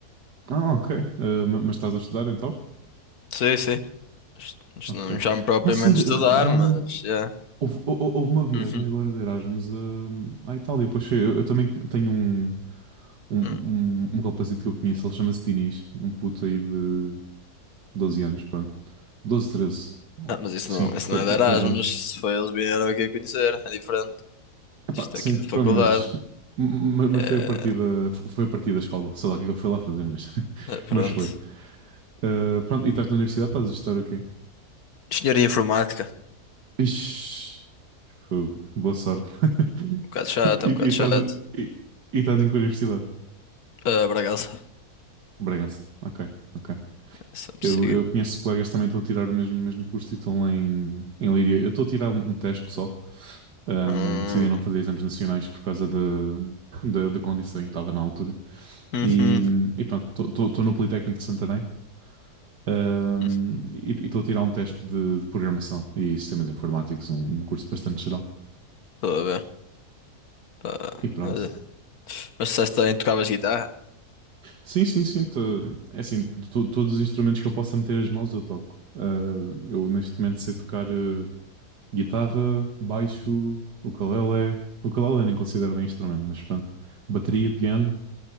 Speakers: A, on the right; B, on the left.
A: Ah, ok. Ah, ma- mas estás a estudar então?
B: Sim, sim. Isto isto
A: Ok.
B: não me chamo propriamente
A: Ah, sim,
B: de
A: re-
B: estudar,
A: re- realmente.
B: mas, já.
A: Houve, hou- hou- houve uma viagem
B: Uhum.
A: agora de Erasmus a- à Itália. Pois foi, eu, eu também tenho um, um,
B: Hum.
A: um, um rapazito que eu conheço, ele chama-se Dinis, um puto aí de 12 anos, pronto. doze treze, Oh,
B: Ah, mas isso
A: sim,
B: não, isso
A: tre-
B: não é de
A: tre-
B: Erasmus.
A: 13 anos.
B: Se foi eles vieram aqui a conhecer, é diferente.
A: Epá,
B: Isto
A: sim,
B: aqui é de faculdade.
A: pronto, mas, ma- mas
B: É,
A: foi a partir da, foi a partir da escola. Sei lá o que é que ele foi lá fazer, mas, <laughs>
B: eh, pronto.
A: mas foi. Ah, pronto, e estás na universidade, estás a estudar o quê?
B: Engenharia informática.
A: Ixi, fogo, boa sorte. <laughs>
B: Um bocado chato, é
A: E,
B: um bocado
A: e estás,
B: chato.
A: e, e estás em que universidade?
B: Ah, Bragaça,
A: Bragança. Ok, ok.
B: sempre
A: Eu,
B: siga.
A: eu conheço colegas que também estão a tirar o mesmo, mesmo curso e estão lá em, em Leiria. Eu estou a tirar um teste pessoal, Ahm,
B: Hum.
A: decidi não fazer exames nacionais por causa da, da, da condição em que estava na altura.
B: Uhum.
A: E, e pronto, estou no Politécnico de Santarém. ahm,
B: Hum,
A: e e estou a tirar um teste de, de programação e sistemas informáticos, um, um curso bastante geral.
B: Estou a ver. Pá,
A: E pronto.
B: olha. Mas disseste bem, tocavas guitarra?
A: Sim, sim, sim. tô- é assim, to- todos os instrumentos que eu possa meter as mãos eu toco. Ah, eu neste momento sei tocar eh, Guitarra, baixo, ukulele. Ukulele nem considero bem instrumento, mas pronto. Bateria, piano